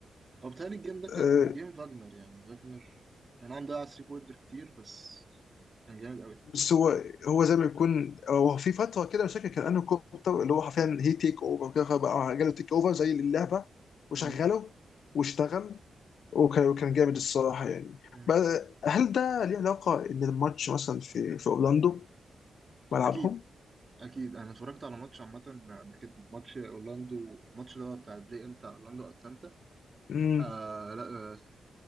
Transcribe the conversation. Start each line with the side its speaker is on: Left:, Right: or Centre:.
Right: هو بيتهيألي الجيم ده كان
Left: آه،
Right: جيم فاجنر يعني فاجنر أنا عم ضيع 3 بوينتر كتير بس كان جامد قوي
Left: بس هو هو زي ما يكون هو في فتره كده مش فاكر كان انه كوبتر اللي هو حرفيا هي تيك اوفر وكده فبقى جاله تيك اوفر زي اللعبه وشغله
Right: مم.
Left: واشتغل وكان وكان جامد الصراحه يعني
Right: مم.
Left: بقى- هل ده ليه علاقه ان الماتش مثلا في في اورلاندو ملعبهم؟
Right: أكيد أكيد أنا اتفرجت على ماتش عامة قبل كده ماتش أورلاندو الماتش ده بتاع البلاي إن بتاع أورلاندو أتلانتا
Left: امم
Right: آه لا آه